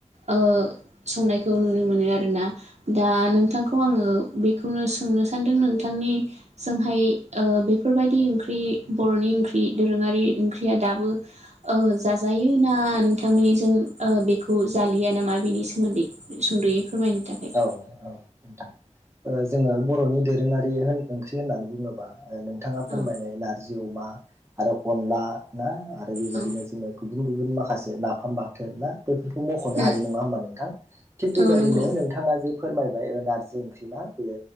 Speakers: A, on the right; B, on the right.
A: ओ संनायखौ नुनो मोनो। मोन आरोना दा नोंथांखौ आङो बेखौनो सोंनो सानदों नोंथांनि जोंहाय ओ बेफोरबायदि ओंख्रि बर'नि ओंख्रि दोरोङारि ओंख्रिया दाबो ओ जाजायो ना नोंथांमोननिजों बेखौ जालिया नामा बेनि सोमोनदै सुंद'यै फोरमायनो थाखाय
B: औ औ नोथां ओ जोङो बर'नि दोरोङारि होन ओंख्रि होननानै बुङोब्ला। नोंथाङा फोरमायनाय
A: औ
B: नारजि अमा आरो अनला ना आरो बेबायदिनो
A: औ
B: जोङो। गुबुन गुबुन माखासे नाफाम बाथोन ना बे खौ मख'नो
A: उम
B: हायो नङा होनबा नोंथां थिग बेबायदि
A: औ नंगौ
B: नोंथां फोरमायबाय नारजि ओंख्रि ना बे